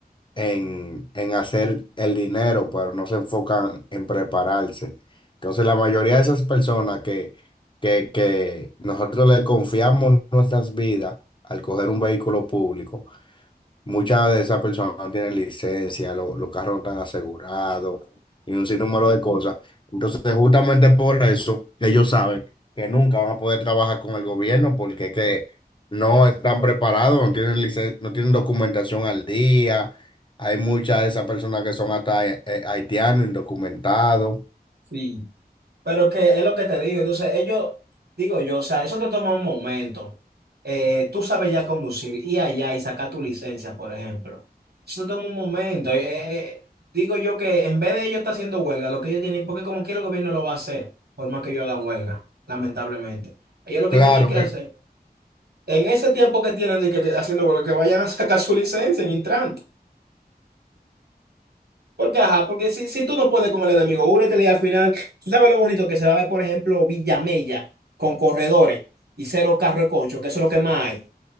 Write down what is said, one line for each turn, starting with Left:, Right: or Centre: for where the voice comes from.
Left: en, en hacer el dinero, pero no se enfocan en prepararse. Entonces la mayoría de esas personas que, que, que nosotros le confiamos nuestras vidas al coger un vehículo público, Muchas de esas personas no tienen licencia, lo- los carros no están asegurados y un sinnúmero de cosas. Entonces, justamente por eso, ellos saben que nunca van a poder trabajar con el gobierno porque es que no están preparados, no tienen licen- no tienen documentación al día. Hay muchas de esas personas que son hasta eh, eh, haitianos, indocumentados.
Right: Sí. Pero que es lo que te digo, entonces ellos, digo yo, o sea, eso te toma un momento. Eh, tú sabes ya conducir, y allá y sacar tu licencia, por ejemplo. Eso te toma un momento. Eh, eh, eh, digo yo que en vez de ellos estar haciendo huelga, lo que ellos tienen, porque como quiera el gobierno lo va a hacer, por más que ellos hagan huelga, lamentablemente. Ellos lo
Left: Claro
Right: que tienen que
Left: que
Right: hacer, en ese tiempo que tienen de que que haciendo huelga, que vayan a sacar su licencia en Intran. Porque, ajá, porque si, si tú no puedes con el enemigo, únete y al final, tú sabes lo bonito que se va a ver por ejemplo, Villamella con corredores y cero carro de concho, que eso es lo que más hay,